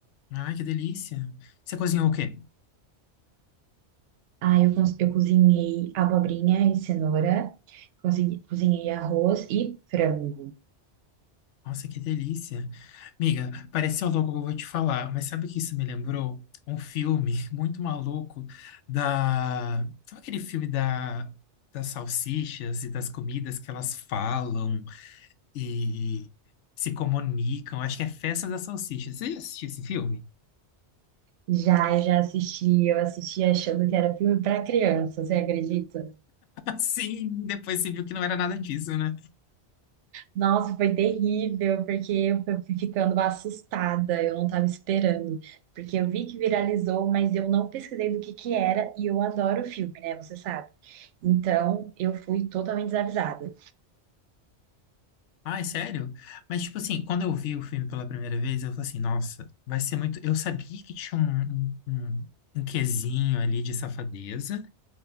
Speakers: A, on the left; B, on the right.
A: Ah, que delícia. Você cozinhou o quê?
B: Ah, eu, cons- eu cozinhei abobrinha e cenoura, consegui- cozinhei arroz e frango.
A: Nossa, que delícia. Amiga, pareceu louco o que eu vou te falar, mas sabe o que isso me lembrou? Um filme <laughs> muito maluco da... Sabe aquele filme da... das salsichas e das comidas que elas falam e se comunicam? Acho que é Festa das Salsichas. Você já assistiu esse filme?
B: Já, eu já assisti, eu assisti achando que era filme pra criança, você acredita?
A: Sim, depois você viu que não era nada disso, né?
B: Nossa, foi terrível, porque eu fui ficando assustada, eu não estava esperando. Porque eu vi que viralizou, mas eu não pesquisei do que que era, e eu adoro filme, né? Você sabe. Então, eu fui totalmente desavisada.
A: Ai, sério? Mas, tipo assim, quando eu vi o filme pela primeira vez, eu falei assim, nossa, vai ser muito. Eu sabia que tinha um, um, um um quesinho ali de safadeza,